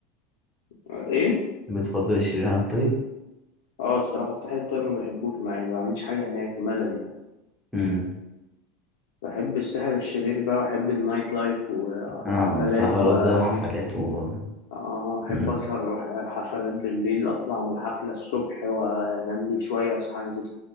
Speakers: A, on the left; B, in the centre.
A: إيه؟
B: بتفضل الشرير عن الطيب
A: أه الصراحة الساحل الطيب ما بحبوش ما يعني ما بعملش حاجة هناك ملل يعني
B: امم
A: بحب الساحل الشرير بقى وأحب النايت لايف وأروح
B: اه
A: حفلات
B: سهرات
A: بقى
B: بقى وحفلات و
A: آه، أحب
B: امم
A: أسهر أروح حفلات بالليل أطلع من الحفلة الصبح وأنام لي شوية أصحى أنزل